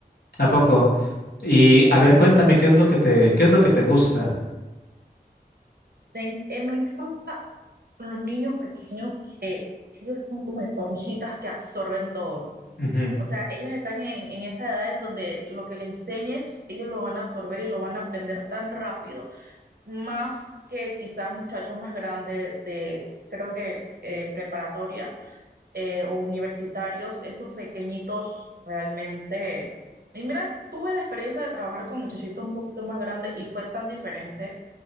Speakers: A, on the left; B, on the right.
A: ¿a poco? Y a ver, cuéntame, ¿qué es lo que te, qué es lo que te gusta?
B: Me, en- eh, me encanta con los niños pequeños que ellos son como esponjitas que absorben todo.
A: Ujú.
B: O sea, ellos están en, en esa edad en donde lo que le enseñes, ellos lo van a absorber y lo van a aprender tan rápido, más que quizás muchachos más grandes de, creo que eh, preparatoria eh, o universitarios, esos pequeñitos realmente... Y mira, tuve la experiencia de trabajar con muchachitos un poquito más grandes y fue tan diferente